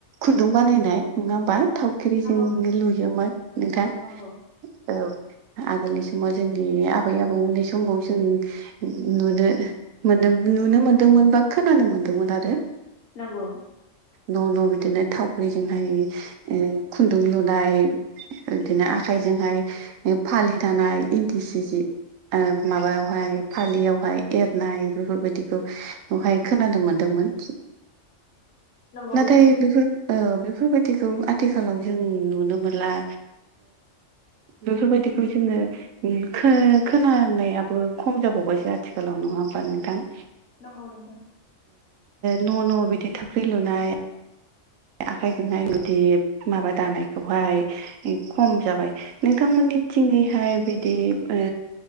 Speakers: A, on the right; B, on the left.
A: खुन्दुं बानायनाय नङा होमबा थावख्रिजों
B: नंगौ
A: लुयोमोन नोंथां
B: नंगौ
A: औ आगोलनि समाव जोंनि आबै आबौमोननि समाव जों नुदो मोन नुनो मोनदोंमोन बा खोनानो मोनदोंमोन आरो
B: नंगौ
A: न' न' बिदिनो थावग्रिजोंहाय खुन्दुं लुनाय बिदिनो आखाइजोंहाय फालि दानाय इन्दि सि जि माबायावहाय फालियावहाय एरनाय बेफोरबायदिखौ बेवहाय खोनानो मोनदोंमोन
B: नंगौ
A: नाथाय
B: नोंथां
A: बेफोर ओ बेफोरबायदिखौ आथिखालाव जों नुनो मोनला बेफोरबायदिखौ जोनो खो खोनानायाबो खम जाबावबासो आथिखालाव नङा होमबा नोंथां
B: नंगौ नोंथां
A: न' न' बिदि थावख्रि लुनाय आखाइजोंहाय जुदि माबा दानायखौहाय खम जाबाय नोंथांमोननि थंङैहाय बिदि ओ